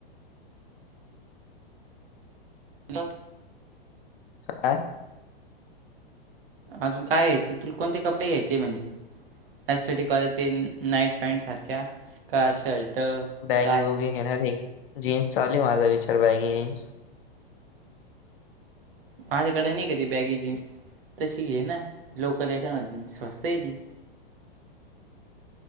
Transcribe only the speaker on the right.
आ.
अजून काय? घ्यायच तुल कोणते कपडे घ्यायचे आहे म्हणजे? S, C, T quality night pant सारख्या का शर्ट?
का काय
माझ्याकडन एक आहे. ती बॅगी जीन्स तशी घेना लोकल ह्याच्या मधली स्वस्त हाय ती.